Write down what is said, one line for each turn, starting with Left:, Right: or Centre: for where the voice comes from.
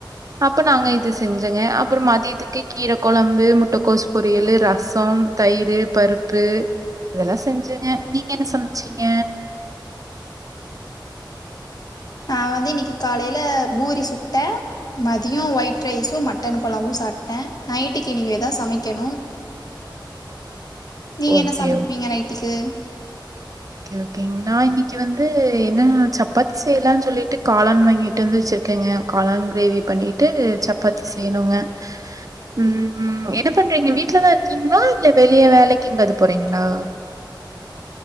Right: அப்ப நாங்க இது செஞ்சங்க அப்பறம் மதிதிக்கு கீர குழம்பு முட்டைக்கோசு பொரியல் ரசம் தயிர் பருப்பு இதெல்லாம் செஞ்சுங்க நீங்க என்ன சமைச்சீங்க
Left: நான் வந்து இன்னைக்கு காலையில பூரி சுட்டேன் மதியம் ஒயிட் ரைஸும் மட்டன் குழம்பும் சாப்பிட்டேன் நைட்டுக்கு இனிமேதான் சமைக்கணும் நீங்க
Right: ஓகே
Left: என்ன சமைப்பீங்க நைட்டிக்கு
Right: கே ஓகேங்க நான் இன்னைக்கு வந்து என்ன சப்பாத்தி செய்யலாம்னு சொல்லிட்டு காளான் வாங்கிட்டு வந்து வச்சிருக்கேங்க காளான் கிரேவி பண்ணிட்டு சப்பாத்தி செய்யணுங்க உம் என்ன பண்றீங்க வீட்டு்லதான் இருக்கீங்களா இல்ல வெளிய வேலைக்கு எங்காவது போறீங்களா